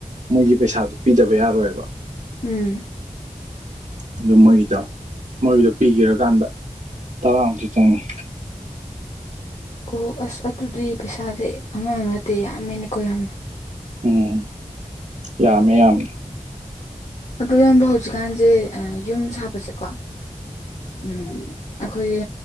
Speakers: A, on the right (about 65°); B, on the left (about 55°).
A: ꯃꯣꯏꯒꯤ ꯄꯩꯁꯥꯁꯨ ꯄꯤꯗꯕ ꯌꯥꯔꯣꯏꯕ
B: ꯎꯝ
A: ꯑꯗꯨ ꯃꯣꯏꯗ ꯃꯣꯏꯗꯣ ꯄꯤꯒꯔꯀꯥꯟꯗ ꯇꯔꯥꯃꯨꯛꯇꯤ ꯆꯪꯉꯤ
B: ꯑꯣ ꯑꯁ ꯑꯗꯨꯗꯤ ꯄꯩꯁꯥꯁꯦ ꯑꯉꯥꯡ ꯅꯠꯇꯦ ꯌꯥꯝꯃꯦꯅꯀꯣ ꯌꯥꯝꯅ
A: ꯎꯝ ꯌꯥꯝꯃꯦ ꯌꯥꯝꯅ
B: ꯑꯗꯨ ꯌꯥꯝꯕ ꯍꯧꯖꯤꯀꯥꯟꯁꯦ ꯌꯨꯝ ꯁꯥꯕꯁꯦꯀꯣ ꯎꯝ ꯑꯩꯈꯣꯏꯒꯤ